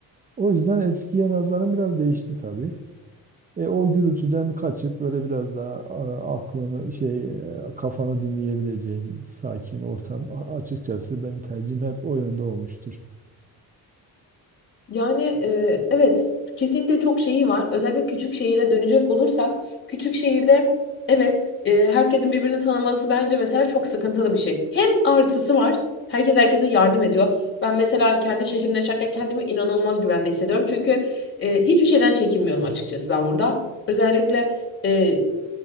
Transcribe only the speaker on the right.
O yüzden eskiye nazaran biraz değişti tabii. E, o gürültüden kaçıp böyle biraz daha a- aklını şey e, kafanı dinleyebileceğin sakin ortam A- açıkçası benim tercihim hep o yönde olmuştur.